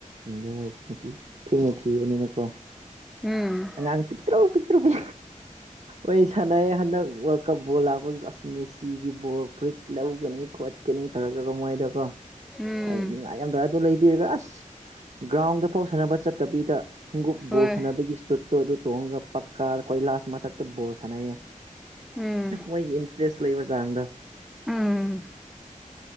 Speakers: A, on the right; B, in the centre.
A: ꯗꯧꯉꯩ ꯅꯣꯄꯤ ꯊꯦꯡꯅꯥ ꯊꯤꯕꯅꯤꯅꯀꯣ
B: ꯎꯝ
A: ꯉꯥꯡ ꯄꯤꯛꯇ꯭ꯔꯨ ꯄꯤꯛꯇ꯭ꯔꯨ ꯄꯤ ꯑꯩ ꯁꯥꯟꯅꯩ ꯍꯟꯗꯛ ꯋꯥꯜꯀꯞ ꯕꯣꯜ ꯂꯥꯛꯄꯗꯨꯗ ꯑꯁ ꯃꯦꯁꯤꯒꯤ ꯕꯣꯜ ꯐꯨꯔꯤꯠ ꯂꯧꯒꯅꯤ ꯈꯣꯠꯀꯅꯤ ꯇꯧꯔꯒ ꯀꯣ ꯃꯣꯏꯗꯣꯀꯣ
B: ꯎꯝ
A: ꯑꯩ ꯅꯤꯡꯉꯥꯏ ꯌꯥꯝ ꯗꯋꯦ ꯑꯗꯨ ꯂꯩꯕꯤꯔꯒ ꯑꯁ ꯒ꯭ꯔꯥꯎꯟꯗ ꯐꯥꯎ ꯁꯥꯟꯅꯕ ꯆꯠꯇꯕꯤꯗ ꯈꯣꯡꯎꯞ
B: ꯍꯣꯏ
A: ꯕꯣꯜ ꯁꯥꯟꯅꯕꯒꯤ ꯇꯨꯠꯇꯨ ꯑꯗꯨ ꯇꯣꯡꯉꯒ ꯄꯛꯀꯥ ꯀꯣꯏꯂꯥꯁ ꯃꯊꯛꯇ ꯕꯣꯜ ꯁꯥꯟꯅꯩꯑꯦ
B: ꯎꯝ
A: ꯃꯣꯏꯒꯤ ꯏꯟꯗ꯭ꯔꯦꯁ ꯂꯩꯕ ꯆꯥꯡꯗꯣ
B: ꯎꯝ